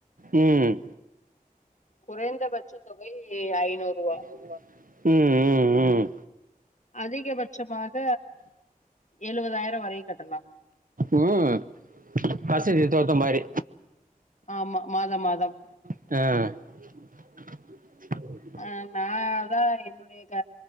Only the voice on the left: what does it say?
குறைந்தபட்ச தொகை ஐநூறுவா
அதிகபட்சமாக எழுவதாயிரோ வரையு கட்டலா
ஆமா மாதம் மாதம்
ஆ நா அதா என்னுடைய ஏ க